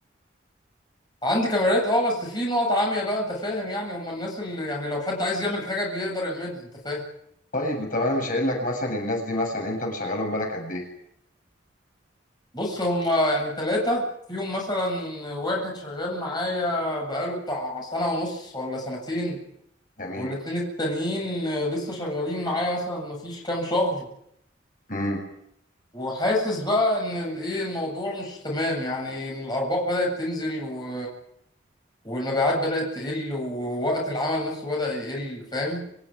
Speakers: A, on the left; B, on the left.
A: عندي كاميرات اه بس في نقط عاميه بقى انت فاهم يعني هم الناس اللي يعني لو حد عايز يعمل حاجه بيقدر يعملها انت فاهم
B: طيب طب انا مش هقول لك مثلا الناس دي مثلا انت مشغلهم بالك قد ايه
A: بص هما يعني ثلاثة فيهم مثلا واحد شغال معايا بقاله بتاع سنة ونص ولا سنتين
B: جميل
A: والاتنين التانيين لسه شغالين معايا مثلا مفيش كام شهر
B: امم
A: وحاسس بقى ان الايه الموضوع مش تمام يعني الارباح بدأت تنزل و... والمبيعات بدأت تقل ووقت العمل نفسه بدأ يقل فاهم